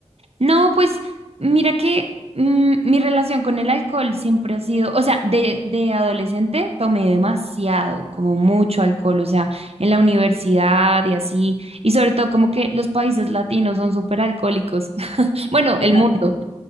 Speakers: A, on the right (about 55°); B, on the left (about 50°).
A: no, pues mira que mm, mi relación con el alcohol siempre ha sido, o sea, de, de adolescente tomé demasiado, como mucho alcohol, o sea, en la universidad
B: Sí,
A: y así, y sobre todo como que los países latinos son súper alcohólicos, <laughs> bueno,
B: sí,
A: el
B: la-
A: mundo,